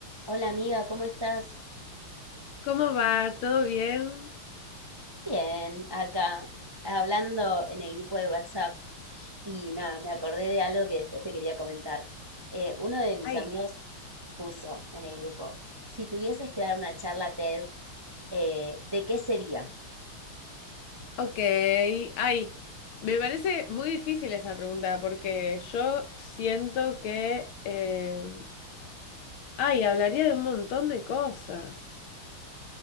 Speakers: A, on the right; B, on the left.
A: Hola amiga, ¿cómo estás?
B: ¿Cómo va? ¿Todo bien?
A: Bien, acá, hablando en el grupo de WhatsApp y nada, me acordé de algo que después te quería comentar. Eh, uno de mis
B: Ay,
A: amigos puso en el grupo, si tuvieses que dar una charla TED, eh, ¿de qué sería?
B: Ok. Ay, me parece muy difícil esa pregunta porque yo siento que... eh, Ay, hablaría de un montón de cosas.